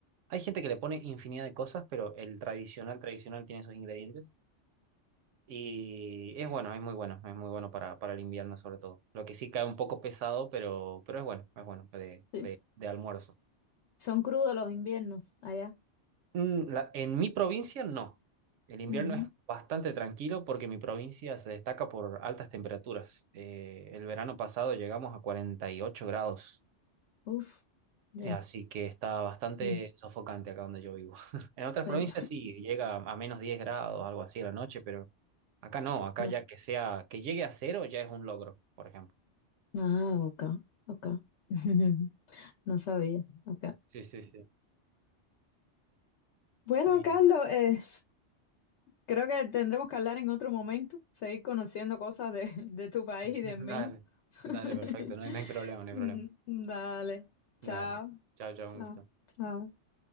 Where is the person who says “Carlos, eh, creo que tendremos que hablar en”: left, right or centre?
Left